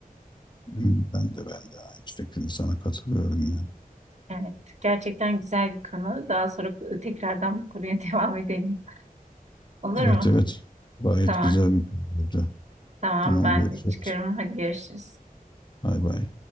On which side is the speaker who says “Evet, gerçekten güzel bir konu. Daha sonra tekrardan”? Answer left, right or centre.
Right